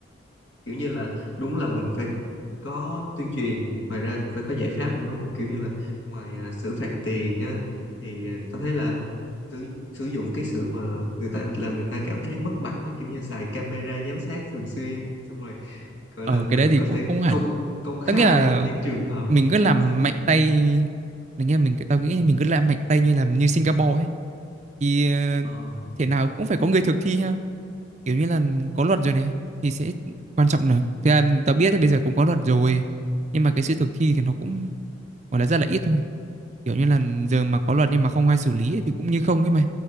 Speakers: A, on the left; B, on the right.
A: kiểu như là đúng là mình phải có tuyên truyền ngoài ra phải có giải pháp nữa đúng không kiểu như là ngoài à, xử phạt tiền á thì à, tao thấy là sử, sử dụng cái sự mà người ta làm người ta cảm thấy mất mặt á kiểu như xài camera giám sát thường xuyên xong rồi gọi
B: Ờ
A: là
B: cái
A: mình
B: đấy thì
A: có
B: cũng
A: thể
B: không hẳn.
A: công công khai
B: Tất nghĩa là
A: những trường hợp
B: mình cứ làm
A: sao
B: mạnh tay mình nghe mình tao nghĩ mình cứ làm mạnh tay như làm như Singapore ấy thì ờ,
A: ờ
B: thế nào cũng phải có người thực thi ha. Kiểu như là có luật rồi này thì sẽ quan trọng là thực ra tao biết là bây giờ cũng có luật rồi nhưng mà cái sự thực thi thì nó cũng gọi là rất là ít thôi. Kiểu như là giờ mà có luật nhưng mà không ai xử lý ấy, thì cũng như không ấy mày.